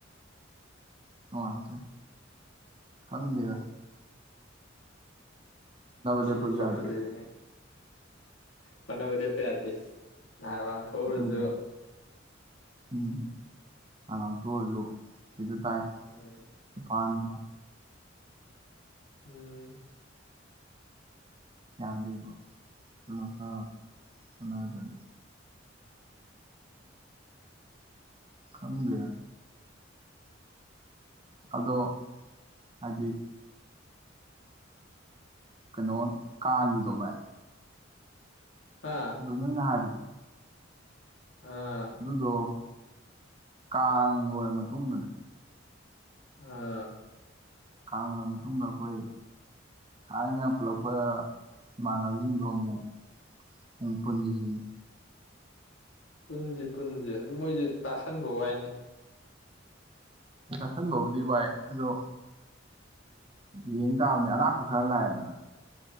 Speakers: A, on the right; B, on the left.
A: ꯑ ꯇ ꯍꯪꯒꯦꯔ
B: ꯁꯤ
A: ꯂꯦꯞꯄꯁꯨ
B: ꯆꯁ
A: ꯌꯥꯗꯦ
B: ꯂꯩꯅꯤ ꯃꯅꯕꯖꯦ ꯄ ꯌꯥꯗꯁ ꯉꯍꯥꯛ ꯂꯥꯡꯊꯣꯛꯎꯔꯁꯨ
A: ꯎꯝ ꯎꯝ ꯂꯥꯡꯊꯣꯛꯎꯔꯁꯨ ꯀꯗ ꯇꯥꯏ
B: ꯎꯝ
A: ꯨꯄꯥꯟ <unintelligible> ꯑ
B: ꯎꯝ
A: ꯌꯥꯗꯦꯕ ꯑꯗꯨ ꯈꯔ ꯍꯣꯠꯅꯗꯔ꯭ ꯗꯤ ꯈꯪꯗꯦ ꯑꯗꯣ ꯍꯥꯏꯗꯤ ꯀꯩꯅꯣ ꯀꯥꯡꯒꯤꯗꯣ ꯚꯥꯏ
B: ꯍꯥ
A: ꯑꯗꯨ ꯅꯣꯏꯅ ꯍꯥꯏꯕꯗꯣ
B: ꯑꯥ
A: ꯑꯗꯨꯗꯣ ꯀꯥꯡ ꯂꯣꯏꯔ ꯃꯇꯨꯡꯗꯅꯦ
B: ꯑꯥ
A: ꯀꯥꯡ ꯂꯣꯏꯔ ꯃꯇꯨꯡꯗ ꯑꯩꯈꯣꯏ ꯊꯥꯏꯅ ꯄꯨꯜꯂꯛꯄ ꯏꯃꯥꯟꯅꯕꯁꯤꯡꯗꯣ ꯑꯃꯨꯛ ꯑꯃꯨꯛ ꯄꯨꯟꯁꯤꯁꯦ
B: ꯄꯨꯟꯁꯤ ꯄꯨꯟꯁꯦ ꯑꯗꯨꯝ ꯃꯣꯏꯁꯦ ꯇꯥꯁꯟꯕ ꯋꯥꯏꯅꯦ
A: ꯇꯥꯁꯟꯕꯕꯨꯗꯤ ꯋꯥꯏ ꯑꯗꯣ ꯌꯦꯡ ꯇꯥꯕꯅꯦ ꯑꯔꯥꯛꯄ ꯈꯔ ꯂꯥꯛꯑꯦꯗꯅ